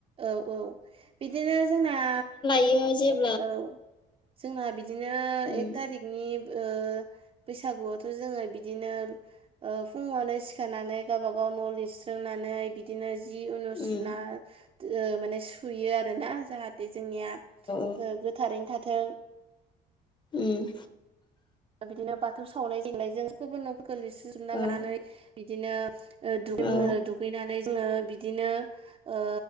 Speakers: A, on the right; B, on the left.
A: औ औ बिदिनो जोंना
B: एयो जेब
A: औ जोंना बिदिनो
B: उम
A: एक थारिख नि ओ बैसागुआवथ' जोङो बिदिनो ओ फुङावनो सिखारानानै गावबा गाव न' लिरस्रोंनानै बिद दिनो जि ओ सुना
B: उम
A: ओ माने सु सुयो आरोना। जाहाथे जोंनिया
B: औ
A: ओ गोथारैनो थाथों
B: उम
A: दा बिदिनो बाथौ सावनाय जेंनाय जों न'फोरखौ लिरसोजोबना
B: औ
A: लानानै बिदिनो ओ दुगै
B: औ
A: मो दुगैनानै जोङो। बिदिनो ओ